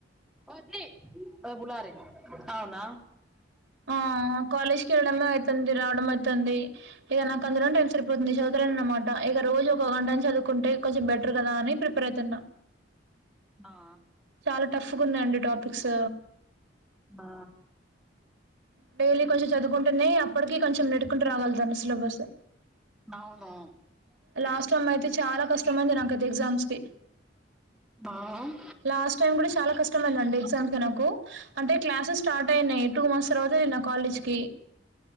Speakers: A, in the centre; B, on the right.
A: ఓది వొబులారే అవునా
B: ఆ కాలేజీకి వెళ్ళడమే అయితుంది రావడం అయితుంది ఇగా నాకు అందులోనే టైం సరిపోతుంది చదువుత లేను అనమాట ఇగా రోజు ఒక వన్ టైం చదువుకుంటే కొంచెం బెటర్ కదా అని ప్రిపేర్ అయితున్న
A: ఆ
B: చాలా టఫ్ గా ఉన్నాయండి టాపిక్స్
A: బా
B: డైలీ కొంచెం చదువుకుంటేనే అప్పటికి కొంచెం నెట్టుకుంటూ రావాలి దాని సిలబస్
A: బవును
B: లాస్ట్ వన్ అయితే చాలా కష్టమైంది నాకైతే ఎగ్జామ్స్ కి
A: ఆమ్
B: లాస్ట్ టైం కూడా చాలా కష్టమైందండి ఎగ్జామ్స్ కీ నాకు అంటే క్లాసెస్ స్టార్ట్ అయినాయి టూ మంత్స్ తరువాత వెళ్ళినా కాలేజ్ కి